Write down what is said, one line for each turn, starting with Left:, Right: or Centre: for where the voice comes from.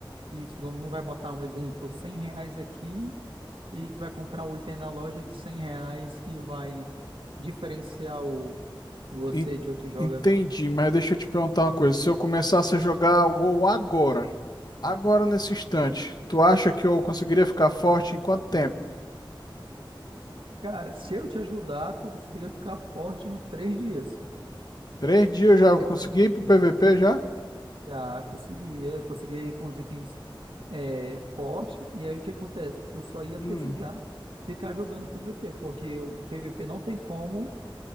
Right: Isso, não, não vai botar um exemplo, 100 reais aqui e tu vai comprar um item na loja de 100 reais que vai diferenciar o, você
Left: En-
Right: de outro jogador.
Left: Entendi, mas deixa eu te perguntar uma coisa. Se eu começasse a jogar WoW agora, agora nesse instante, tu acha que eu conseguiria ficar forte em quanto tempo?
Right: Cara, se eu te ajudar, tu conseguiria ficar forte em uns três dias.
Left: Três dias já
Right: Eu
Left: consegui
Right: te ajudaria.
Left: ir pro PVP já?
Right: Já conseguia, consegui com os itens é, forte, e aí o que acontece? Tu só ia
Left: Hum,
Right: precisar ficar jogando PVP, porque o PVP não tem como,